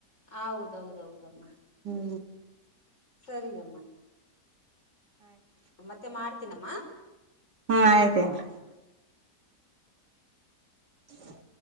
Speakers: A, on the left; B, on the right.
A: ಹೌದೌದೌದಮ್ಮ
B: ಹ್ಮ
A: ಸರಿ ಅಮ್ಮ ಮತ್ತೆ ಮಾಡ್ತೀನಮ್ಮ
B: ಹ್ಮ ಆಯ್ತ ಅಲ್
A: ಓಕೆ
B: ಹ್